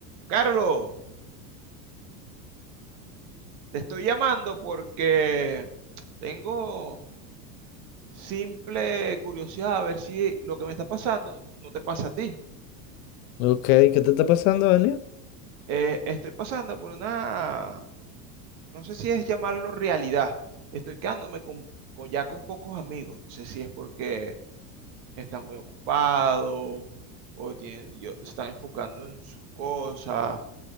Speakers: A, on the right; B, on the left.
A: Carlos, te estoy llamando porque tengo simple curiosidad a ver si lo que me está pasando no te pasa a ti.
B: Ok, ¿qué te está pasando, Daniel?
A: Eh, estoy pasando por una, no sé si es llamarlo realidad. Estoy quedándome con, con- ya con pocos amigos. No sé si es porque están muy ocupados o tienen, yo- se están enfocando en sus cosas.